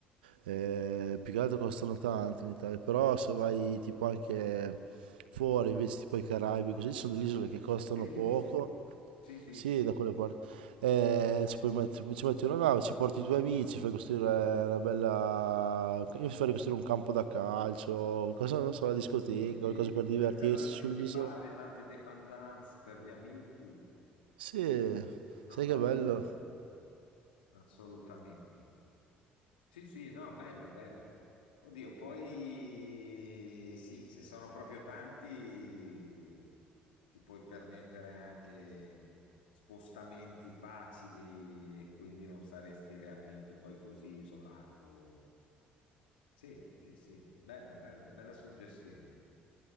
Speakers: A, on the right (about 75°); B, on the left (about 80°).
A: eh, più che altro costano tanto in Italia. Però se vai tipo anche fuori, invece tipo i Caraibi, così ci sono delle isole che costano
B: Belize.
A: poco.
B: Sì, sì,
A: Sì, da quelle parti. Eh, ci, puoi met- ci metti una nave, ci porti i tuoi amici, fai costruire una bella... Io farei costruire un campo da calcio, qualcosa, non so, la discoteca,
B: sì,
A: qualcosa
B: sì,
A: per divertirsi
B: una casa principale,
A: sull'isola.
B: tante dépendance per gli amici,
A: Sì,
B: non
A: sai
B: sarebbe
A: che bello?
B: male, assolutamente. Sì, sì, no, bello, bello. Oddio, poi sì, se sono proprio tanti, ti puoi permettere anche spostamenti facili e quindi non saresti realmente poi così isolato. Sì, sì, sì, bella, bella, bella suggestione.